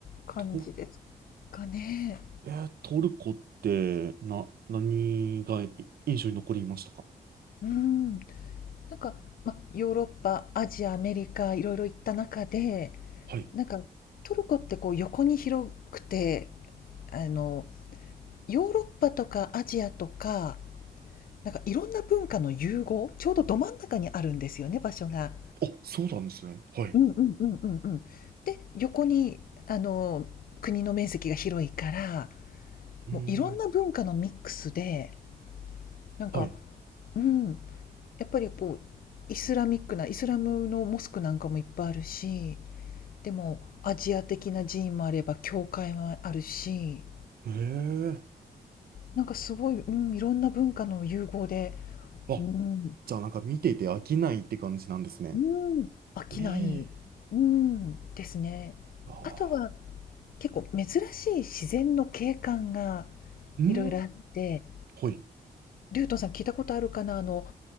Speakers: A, on the left; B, on the right.
A: 感じです
B: ト、
A: かね。
B: えートルコってな、何がい印象に残りましたか
A: うん。なんか、ま、ヨーロッパ、アジア、アメリカ、いろいろ行った中で、
B: はい。
A: なんか、トルコってこう横に広くて、あの、ヨーロッパとかアジアとか、なんかいろんな文化の融合、ちょうどど真ん中にあるんですよね、場所が。
B: あ、そうなんですね。はい。
A: うんうんうんうんうん。で、横に、あの、国の面積が広いから、
B: うーん。
A: もういろんな文化のミックスで、なんか、
B: はい。
A: うん、やっぱりこう、イスラミックな、イスラムのモスクなんかもいっぱいあるし、でもアジア的な寺院もあれば教会もあるし
B: ええ
A: なんかすごい、うん、いろんな文化の融合で、
B: あ、
A: うん、
B: じゃあなんか見てて飽きないって感じなんですね。
A: うん、飽きない、
B: ええ
A: うん、ですね。
B: ああ
A: あとは結構珍しい自然の景観が
B: ー。うん
A: いろいろあって、
B: はい。
A: リュウトンさん聞いたことあるかなあの、